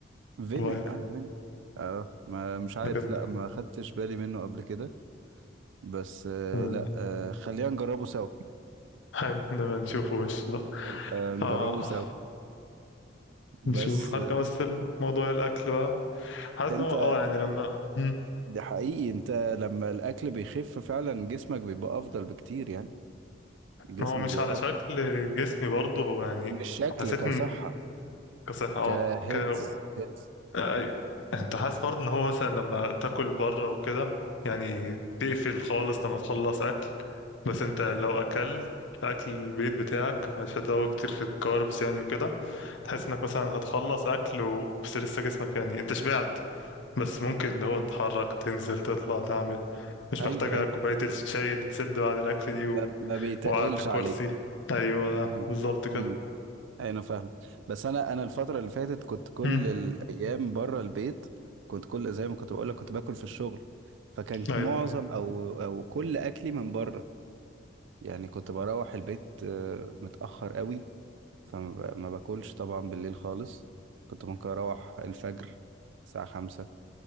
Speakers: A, on the right; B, on the left.
A: فيني
B: فاير
A: اه فيني اه ما مش عارف
B: ده كان
A: لا ما خدتش بالي منه قبل كده بس آه
B: آه،
A: لا آه خلينا نجربه سوا
B: حلو لما نشوفه وش ده
A: نبقى نجربه
B: اه
A: سوا بس
B: نشوف هرجع
A: آه
B: بس لموضوع الاكل بقى حاسس
A: انت
B: ان هو اه يعني لما مم.
A: ده حقيقي انت لما الاكل بيخف فعلا جسمك بيبقى افضل بكتير يعني جسمك
B: هو مش
A: بيبقى
B: على شكل
A: افضل
B: جسمي برضه هو يعني
A: مش شكل
B: حسيت
A: كصحة
B: كصحة اه
A: كهيلث
B: ك... آه،
A: هيلث
B: ايوه انت حاسس برضه ان هو مثلا لما تاكل بره وكده يعني تقفل خالص لما تخلص اكل بس انت لو اكلت اكل البيت بتاعك مش هتزود كتير في الكاربس يعني وكده تحس انك مثلا هتخلص اكل و... بس لسه جسمك يعني انت شبعت بس ممكن اللي هو تتحرك تنزل تطلع تعمل مش
A: ايوه
B: محتاجة
A: ايوه
B: كوباية الشاي اللي تسد بعد الاكل دي و...
A: ما, ما بيتقلش
B: وقعدت الكرسي
A: عليك
B: ايوه
A: امم
B: بالظبط كده
A: امم انا فاهم بس انا انا الفتره اللي فاتت كنت كل
B: مم.
A: الايام بره البيت كنت كل زي ما كنت بقول لك كنت باكل في الشغل فكان
B: ايوه
A: معظم او او كل اكلي من بره يعني كنت بروح البيت آه، متاخر قوي فما ب- ما باكلش طبعا بالليل خالص كنت ممكن اروح الفجر الساعه خمسة